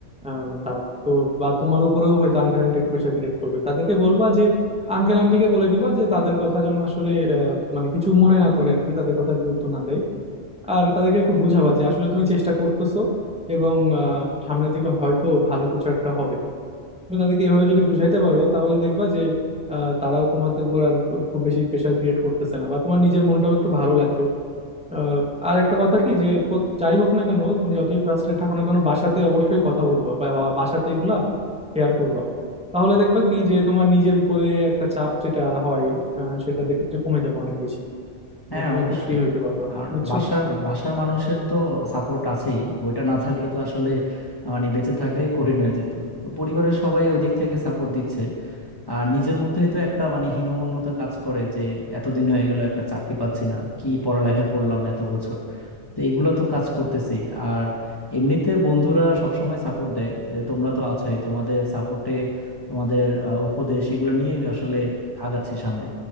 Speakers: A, in the centre; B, on the left.
A: আম, তারা তো বা তোমার উপরেও হয়তো আঙ্কেল আন্টি একটু প্রেশার ক্রিয়েট করবে তাদেরকে বলবা যে আঙ্কেল আন্টিকে বলে দিবা যে তাদের কথা যেন আসলে আহ, মানে কিছু মনে না করে আর কি তাদের কথা গুরুত্ব না দেয় আর তাদেরকে একটু বুঝাবা যে আসলে তুমি চেষ্টা করতেছো এবং আহ, সামনের দিকে হয়তো ভালো কিছু একটা হবে তুমি তাদেরকে এভাবে যদি বুঝাইতে পারো তাহলে দেখবা যে আহ, তারাও তোমাকে উপর আর খুব বেশি প্রেশার ক্রিয়েট করতেছে না বা তোমার নিজের মনটাও একটু ভালো লাগবে আহ, আর একটা কথা কি যে পো- যাই হোক না কেন তুমি যতই ফ্রাস্ট্রেট থাকো না কেন বাসাতে অবশ্যই কথা বলবা বা বা- বাসাতে এগুলা শেয়ার করবা তাহলে দেখবা কি যে তোমার নিজের উপরে একটা চাপ যেটা হয় আহ, সেটা দেখবে যে কমে যাবে অনেক বেশি
B: হ্যাঁ
A: আহ, তুমি
B: অবশ্যই
A: একটু ফ্রি হইতে পারবা
B: আর
A: বুঝছো
B: বাসার বাসার মানুষের তো সাপোর্ট আছেই ওইটা না থাকলে তো আসলে মানে বেঁচে থাকাই কঠিন হয়ে যেত তো পরিবারের সবাই ওই দিক থেকে সাপোর্ট দিচ্ছে আর নিজের মধ্যে তো একটা মানে হীনমন্যতা কাজ করে যে এতদিন হয়ে গেল একটা চাকরি পাচ্ছি না কি পড়ালেখা করলাম এত বছর তো এগুলা তো কাজ করতেছি আর এমনিতে বন্ধুরা সবসময় সাপোর্ট দেয় এ, তোমরা তো আছোই তোমাদের সাপোর্টে তোমাদের আহ, উপদেশ এগুলো নিয়ে আসলে আগাচ্ছি সামনে